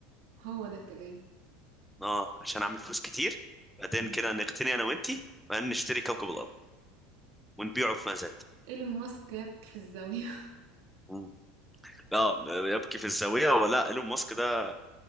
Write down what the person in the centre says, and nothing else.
اه عشان اعمل فلوس كتير بعدين
كده نقتني انا وانتي وبعدين نشتري كوكب الارض ونبيعه في مزاد
مم. اه يبكي في الزاوية ولا ايلون ماسك ده